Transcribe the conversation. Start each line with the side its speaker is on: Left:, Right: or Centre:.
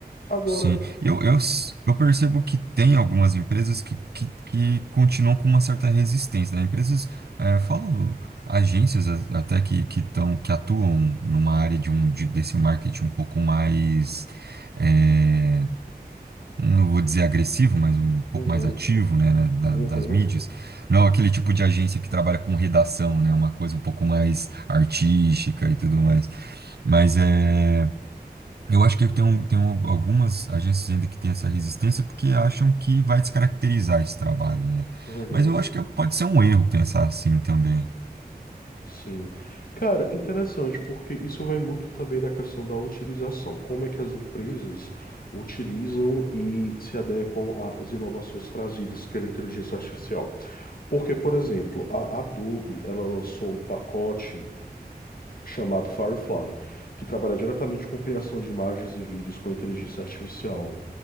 Left: Agora,
Right: Sim, eu, eu, s- eu percebo que tem algumas empresas que, que, que continuam com uma certa resistência, né? Empresas, eh, falo agências a- até que, que, tão, que atuam numa área de um, de- desse marketing um pouco mais, eh, não vou dizer agressivo, mas um pouco
Left: uhum,
Right: mais ativo, né, na- na-
Left: uhum,
Right: nas mídias. Não aquele tipo de agência que trabalha com redação, né? Uma coisa um pouco mais artística e tudo mais. Mas é. Eu acho que tem, um- tem um- algumas agências ainda que têm essa resistência porque acham que vai descaracterizar esse trabalho, né?
Left: uhum,
Right: Mas eu acho que pode ser um erro pensar assim também.
Left: sim. Cara, interessante, porque isso vai muito também da questão da utilização. Como é que as empresas utilizam e se adequam às inovações trazidas pela inteligência artificial? Porque, por exemplo, a Adobe, ela lançou um pacote chamado Firefly, que trabalha diretamente com criação de imagens e vídeos com inteligência artificial.